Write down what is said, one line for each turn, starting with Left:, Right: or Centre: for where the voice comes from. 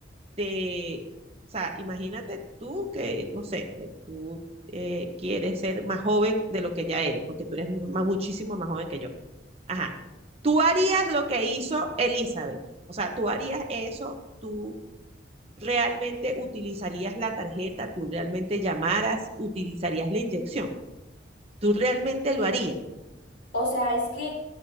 Right: de, o sea, imagínate tú que, no sé, que tú eh, quieres ser más joven de lo que ya eres, porque tú eres más- muchísimo más joven que yo. Ajá. Tú harías lo que hizo Elizabeth. O sea, tú harías eso, tú realmente utilizarías la tarjeta, tú realmente llamaras, utilizarías la inyección, tú realmente
Left: Eh,
Right: lo harías.
Left: O sea, es que